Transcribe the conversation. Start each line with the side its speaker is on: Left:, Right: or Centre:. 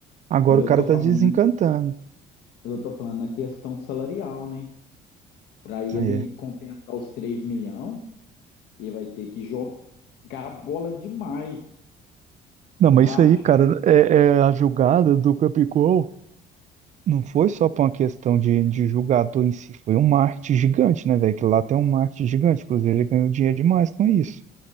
Right: Agora
Left: mas eu
Right: o cara
Left: tô
Right: tá
Left: falando,
Right: desencantando.
Left: mas eu tô falando na questão salarial, né? Para ele
Right: É.
Left: compensar os 3 milhões, ele vai ter que jogar bola demais.
Right: Não,
Left: Você
Right: mas
Left: não
Right: isso
Left: acha?
Right: aí, cara, é, é a julgada do Capicol. Não foi só por uma questão de, de julgador em si, foi um marketing gigante, né, velho? Que lá tem um marketing gigante. O Cruzeiro ganhou dinheiro demais com isso.